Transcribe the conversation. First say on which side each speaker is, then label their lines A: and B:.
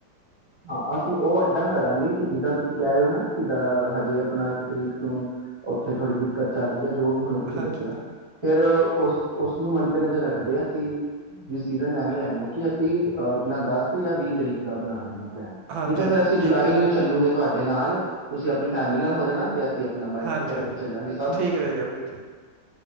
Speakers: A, on the right (about 30°); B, on the right (about 85°).
A: ਹਾਂ ਅਸੀਂ ਉਹ ਏਦਾਂ ਕਰਾਂਗੇ ਕਿ ਜਿੱਦਾਂ ਤੁਸੀਂ ਕਹਿ ਰਹੇ ਹੋ ਨਾ ਜਿੱਦਾਂ ਹਜੇ ਆਪਣਾ ਇੱਕ ਤਰੀਕ ਨੂੰ ਉੱਥੇ ਥੋੜ੍ਹੀ ਦਿੱਕਤ ਚੱਲ ਰਹੀ ਹੈ। ਜੋ ਵੀ ਹੁਣੇ ਤੁਸੀਂ
B: ਹਾਂਜੀ
A: ਦੱਸਿਆ
B: ਹਾਂਜੀ
A: ਫਿਰ ਉਸ ਉਸਨੂੰ ਮੰੱਦੇਨਜ਼ਰ ਰੱਖਦੇ ਅਸੀਂ ਡਸੀਜ਼ਨ ਐਵੇਂ ਲੈਂਦੇ ਹਾਂ ਕਿ ਅਸੀਂ ਆਪਣਾ ਦਸ ਜਾਂ ਵੀਹ ਤਰੀਕ ਦਾ ਬਣਾ ਲੈਂਦੇ ਹਾਂ। ਨਹੀਂ
B: ਹਾਂਜੀ
A: ਤਾਂ
B: ਹਾਂਜੀ
A: ਫਰ ਅਸੀਂ
B: ਠੀਕ
A: ਜੁਲਾਈ
B: ਰਹੇਗਾ
A: ਨੂੰ ਹੀ ਚੱਲੂਗੇ ਤੁਹਾਡੇ ਨਾਲ ਤੁਸੀਂ ਆਪਣੀ ਫੈਮਿਲੀ ਨਾਲ ਹੋ ਜਾਣਾ ਤੇ ਅਸੀਂ ਆਪਣਾ ਬਾਈਕ
B: ਹਾਂਜੀ
A: ਵਗੈਰਾ
B: ਹਾਂਜੀ
A: ਤੇ ਚੱਲਾਂਗੇ ਸਭ
B: ਠੀਕ ਰਹੇਗਾ ਵੀਰ ਜੀ